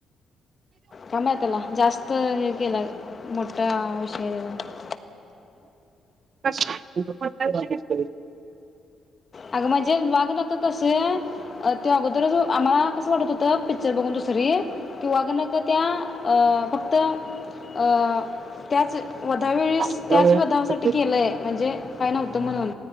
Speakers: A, on the left; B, on the right.
A: काम हाहे त्याला जास्त हे केलाय मोठा शर
B: <inaudible> कशा <inaudible>
A: अगं म्हणजे वाघ नख कसे अ ते अगोदरच आमला कसं वाटत होतं पिक्चर बघून दुस स्त्री की वाघ नख त्या अ फक्त अ त्याच वधा वेळीस
B: पैसे
A: त्याच वधासाठी केलंय म्हणजे काय नव्हत म्हणून